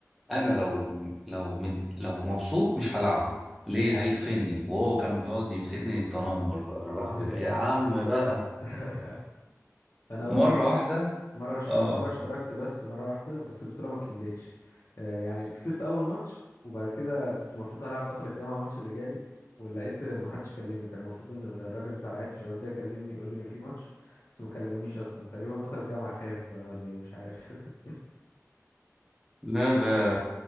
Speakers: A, in the centre; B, on the left (about 65°).
A: أنا لو لو مد لو مبسوط مش هلعبه ليه هيقفلني وهو كان بيقعد يمسكني تنمر بقى الرحمة
B: ايوه
A: يا عم بقى
B: <laughs> انا
A: مرة واحدة
B: مرة اشت...
A: اه
B: انا مرة اشتركت بس مرة واحدة بس البطولة ما كملتش آه، يعني كسبت اول ماتش وبعد كده كنت المفروض هلعب بطل الجامعة الماتش اللي جاي ولقيت ما حدش كلمني كان المفروض ان الراجل بتاع رعاية الشباب ده يكلمني يقول لي ان في ماتش بس ما كلمونيش اصلا تقريبا بطل الجامعة خايف بقى ولا ايه مش عارف
A: لا ده